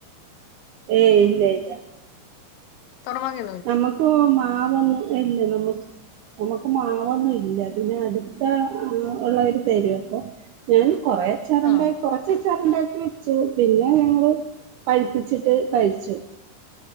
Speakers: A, on the right; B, on the left.
A: ഏയ് ഇല്ല ഇല്ല
B: തോറ മാങ്ങ
A: നമ്മക്ക് മാവൊന്നും ഇല്ലേ നമ്മുക്ക് നമുക്ക് മാവൊന്നും ഇല്ല പിന്നെ അടുത്ത ഉള്ളവര് തരുവൊപ്പോ ഞാൻ കൊറേ അച്ചാറുണ്ടാക്കി
B: ആ
A: കൊറച്ച് അച്ചാറുണ്ടാക്കി വെച്ചു പിന്നെ ഞങ്ങള് പഴിപ്പിച്ചിട്ട് കഴിച്ചു